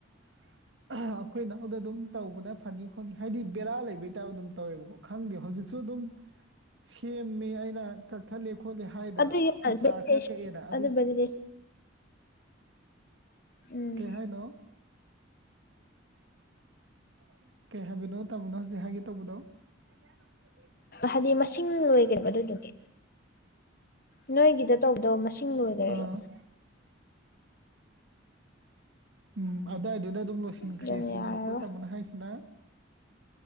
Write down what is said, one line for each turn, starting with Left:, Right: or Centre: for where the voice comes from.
Right: <unintelligible> ꯑꯩꯈꯣꯏ ꯏꯅꯥꯎꯗ ꯑꯗꯨꯝ ꯇꯧꯕꯅ ꯐꯅꯤ ꯈꯣꯠꯅꯤ ꯍꯥꯏꯗꯤ ꯕꯦꯔꯥ ꯂꯩꯕꯩ ꯇꯥꯏꯞ ꯑꯗꯨꯝ ꯇꯧꯋꯦꯕꯀꯣ ꯈꯪꯗꯦ ꯍꯧꯖꯤꯛꯁꯨ ꯑꯗꯨꯝ ꯁꯦꯝꯃꯦ ꯑꯩꯅ ꯀꯛꯊꯠꯂꯦ ꯈꯣꯠꯂꯦ ꯍꯥꯏꯗꯣ
Left: ꯑꯗꯨ ꯌꯥꯔ
Right: ꯎ ꯆꯥꯔ
Left: ꯚꯦꯂꯤꯗꯦꯁꯟ
Right: ꯈꯔ ꯀꯛꯑꯦꯅ ꯑꯗꯨ
Left: ꯚꯦꯂꯤꯗꯦꯁꯟ
Right: <unintelligible>
Left: ꯎꯝ
Right: ꯀꯩꯍꯥꯏꯅꯣ ꯌꯥꯔꯅꯤ ꯅꯀꫭꯛꯇꫭ <unintelligible> ꯀꯩ ꯍꯥꯏꯕꯅꯣ ꯇꯥꯃꯣꯅ ꯍꯧꯖꯤꯛ ꯍꯥꯏꯒꯦ ꯇꯧꯕꯗꯣ ꯇꯥꯅꯤꯡꯇꯥꯁꯅꯨ ꯈꯨꯗ ꯌꯦꯟ
Left: ꯍꯥꯏꯗꯤ ꯃꯁꯤꯡ ꯂꯣꯏꯒ꯭ꯔꯦꯕ ꯑꯗꯨꯗꯨꯒꯤ ꯅꯣꯏꯒꯤꯗ ꯇꯧꯗꯧ ꯃꯁꯤꯡ ꯂꯣꯏꯒ꯭ꯔꯦꯕ
Right: ꯑꯥ ꯎꯝ ꯑꯗꯥꯏꯗꯨꯗ ꯑꯗꯨꯝ ꯂꯣꯏꯁꯤꯟꯈ꯭ꯔꯦ
Left: ꯑꯗꯨꯅ
Right: ꯁꯤꯅꯦꯕꯀꯣ
Left: ꯌꯥꯔꯔꯣꯏ
Right: ꯇꯥꯃꯣꯅ ꯍꯥꯏꯁꯤꯅ